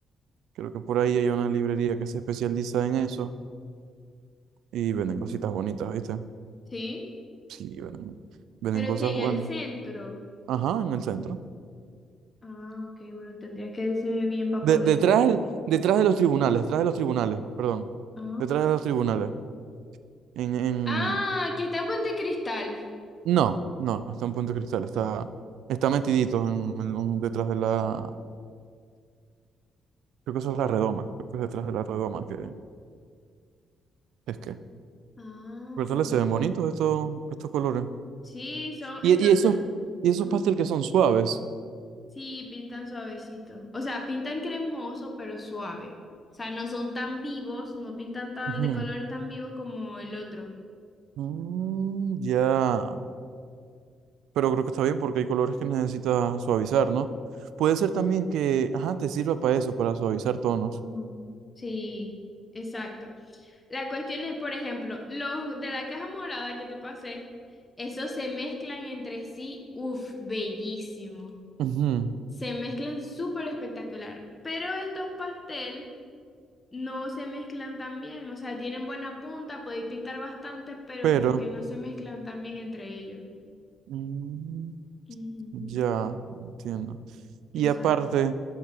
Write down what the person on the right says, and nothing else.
Creo que por ahí hay una librería que se especializa en eso y
venden cositas bonitas, ¿viste?
Sí, venden, venden
cosas
buenas.
Ajá, en el centro.
De-
detrás,
del- detrás de los tribunales, detrás de los tribunales, perdón.
Detrás de los tribunales. En, en,
No, no, no está en Puente Cristal, está, está metidito en, en un- detrás de la, creo que eso es la redoma, creo que es detrás de la redoma que es que.
Pero tal vez se
ven bonitos estos, estos colores.
Y,
y esos, y esos
pastel que son suaves.
Ujú.
Mm, ya, pero creo que está bien porque hay colores que necesitas suavizar, ¿no? Puede ser también que, ajá, te sirva para eso, para suavizar tonos.
Ujú,
Pero,
mm,
ya, entiendo. Y
aparte,